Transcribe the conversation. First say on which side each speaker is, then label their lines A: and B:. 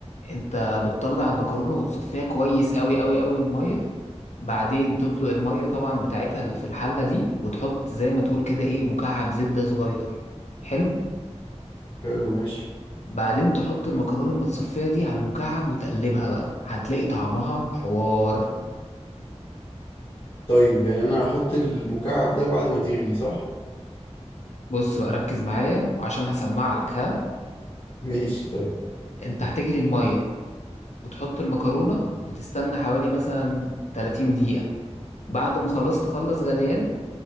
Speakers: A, on the left; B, on the left.
A: انت بتطلع المكرونة وتصفيها كويس أوي أوي أوي من المية بعدين تطلق المية طبعا بتاعتها اللي في الحلة دي وتحط زي ما تقول كده ايه مكعب زبدة صغير حلو
B: حلو ماشي
A: بعدين تحط المكرونة المتصفية دي على المكعب وتقلبها بقى هتلاقي طعمها حوار
B: طيب يعني انا هحط المكعب ده بعد ما تغلي صح
A: بص بقى ركز معايا وعشان هسمع لك ها
B: ماشي طيب
A: انت هتجري المية وتحط المكرونة وتستنى حوالي مثلا 30 دقيقة بعد ما خلاص تخلص غليان